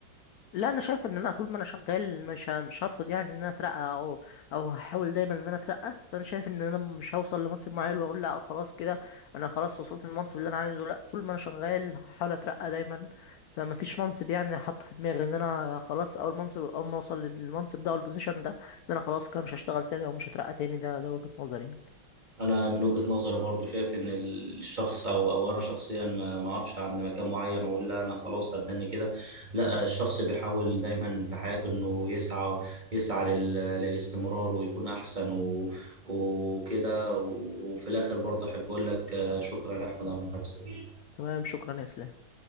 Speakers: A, on the left (about 75°); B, on the right (about 20°).
A: لا انا شايف ان انا طول ما انا شغال مش ه- مش هرفض يعني ان انا اترقى او او هحاول دايما ان انا اترقى فانا شايف ان انا مش هوصل لمنصب معين واقول لا خلاص كده انا خلاص وصلت للمنصب اللي انا عايزه لا طول ما انا شغال هحاول اترقى دايما فما فيش منصب يعني حاطه في دماغي ان انا خلاص اول منصب اول ما اوصل للمنصب ده او البوزيشن ده ان انا خلاص كده مش هشتغل تاني او مش هترقى تاني ده ده وجهة نظري يعني
B: انا من وجهة نظري برضو شايف ان ال- الشخص او او انا شخصيا ما ما اعرفش عند مكان معين واقول لا انا خلاص هتدني كده لا الشخص بيحاول دايما في حياته انه يسعى يسعى لل للاستمرار ويكون احسن و- وكده و- وفي الاخر برضه احب اقول لك آه، شكرا يا احمد على المحادثة
A: تمام شكرا يا اسلام